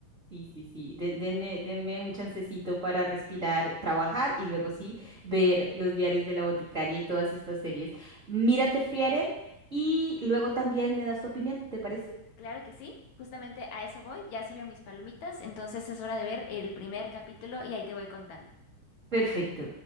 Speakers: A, on the right; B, on the left.
A: Sí, sí, sí. den- denme, denme un chancecito para respirar, trabajar y luego sí ver los diarios de la boticaria y todas estas series. Mírate, Frieren, y luego también me das tu opinión, ¿te parece?
B: Claro que sí, justamente a eso voy. Ya salieron mis palomitas, entonces es hora de ver el primer capítulo y ahí te voy contando.
A: Perfecto.